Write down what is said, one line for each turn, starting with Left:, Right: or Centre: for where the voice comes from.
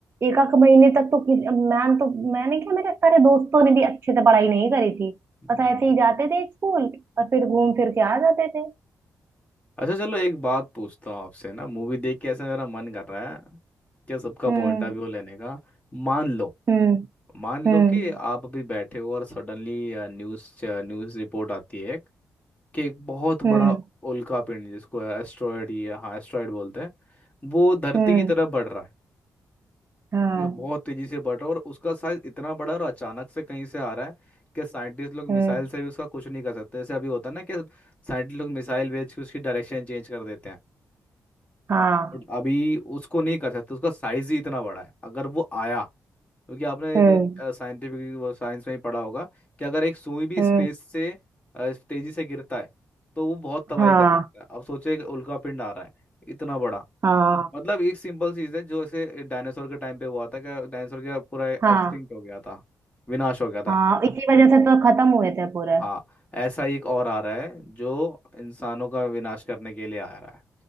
Right: एक आध महीने तक तो किस मैं तो मैंने क्या मेरे सारे दोस्तों ने भी अच्छे से पढ़ाई नहीं करी थी
Left: हम्म।
Right: बस ऐसे ही जाते थे स्कूल और फिर घूम फिर के आ जाते थे
Left: अच्छा चलो एक बात पूछता हूँ आपसे ना मूवी देख के ऐसा मेरा मन कर रहा है क्या सबका
Right: हम्म
Left: पॉइंट ऑफ व्यू लेने का मान लो
Right: हम्म
Left: मान
Right: हम्म
Left: लो कि आप अभी बैठे हो और सडनली न्यूज़ न्यूज़ रिपोर्ट आती है कि एक बहुत बड़ा
Right: हम्म
Left: उल्का पिंड जिसको एस्ट्रॉयड ये हाँ एस्ट्रॉयड बोलते हैं वो धरती
Right: हम्म
Left: की तरफ बढ़ रहा है
Right: हाँ
Left: ठीक है बहुत तेजी से बढ़ रहा है और उसका साइज इतना बड़ा और अचानक से कहीं से आ रहा है कि साइंटिस्ट लोग मिसाइल
Right: हम्म
Left: से भी उसका कुछ नहीं कर सकते जैसे अभी होता है ना कि साइंटिस्ट लोग मिसाइल भेज के उसकी डायरेक्शन चेंज कर देते हैं
Right: हाँ
Left: बट अभी उसको नहीं कर सकते उसका साइज ही इतना बड़ा है अगर वो आया क्योंकि आपने
Right: हम्म
Left: भी साइंटिफिक वो साइंस में ही पढ़ा होगा कि अगर एक सुई भी
Right: हम्म
Left: स्पेस से अ, तेजी से गिरता है तो वो बहुत तबाही
Right: हाँ
Left: कर सकता है अब सोचिए एक उल्कापिंड आ रहा है इतना बड़ा
Right: हाँ
Left: मतलब एक सिंपल चीज है जो ऐसे डायनासोर के टाइम पे हुआ था कि डायनासोर का पूरा एक्सटिंक्ट
Right: हाँ
Left: हो गया था विनाश हो गया था
Right: हाँ इसी वजह से तो खत्म हुए थे पूरे
Left: हाँ ऐसा ही एक और आ रहा है जो इंसानों का विनाश करने के लिए आ रहा है